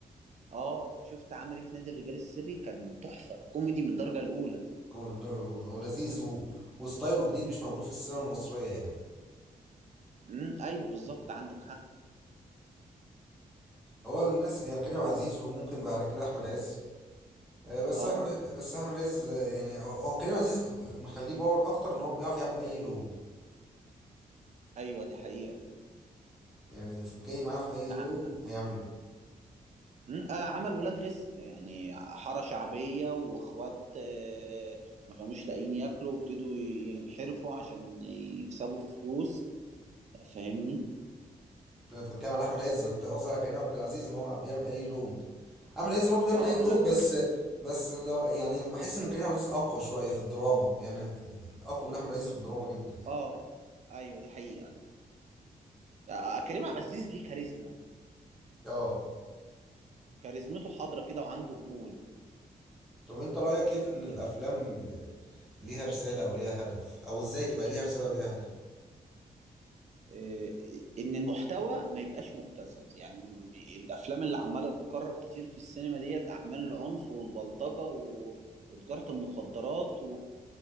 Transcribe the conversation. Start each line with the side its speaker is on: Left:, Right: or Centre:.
Right: اه شفت عمل ايه في نادي الرجال السري كان تحفه كوميدي من الدرجه الاولى
Centre: كوميدي الدرجة الأولى هو لذيذ و... وستايله جديد مش موجود في السينما المصرية يعني
Right: امم ايوه بالظبط عندك حق
Centre: هو الناس يعني كريم عزيز
Right: بت-
Centre: وممكن بعد كده احمد عز آه، بس
Right: اه
Centre: احمد بس احمد عز آه، يعني هو هو كريم عزيز مخليه باور اكتر ان هو بيعرف يعمل اي لون
Right: ايوه دي حقيقه
Centre: يعني جاي معاه في اي
Right: آه.
Centre: لون هيعمله
Right: مم، آه عمل ولاد رزق يعني حاره شعبيه واخوات آه ما كانوش لاقيين ياكلوا وابتدوا ينحرفوا عشان يكسبوا فلوس فاهمني
Centre: انا كنت بتكلم على احمد عز انا كنت قصدي على كريم عبد العزيز ان هو بيعمل اي لون احمد عز برضه بيعمل
Right: اه
Centre: اي لون
Right: لا
Centre: بس بس اللي هو- يعني بحس ان كريم عبد العزيز اقوى شويه في الدراما يعني اقوى من احمد عز في الدراما جدا يعني
Right: اه ايوه دي حقيقه آه، آه، كريم عبد العزيز ليه كاريزما
Centre: اه
Right: كاريزمته حاضره كده وعنده قبول
Centre: طب انت رايك ايه في ان الافلام ب- ليها رساله او ليها هدف او ازاي تبقى ليها رساله وليها هدف
Right: آه، ان المحتوى ما يبقاش مبتذل يعني م- الافلام اللي عماله تتكرر كتير في السينما ديت اعمال العنف والبلطجه و... وتجاره المخدرات و...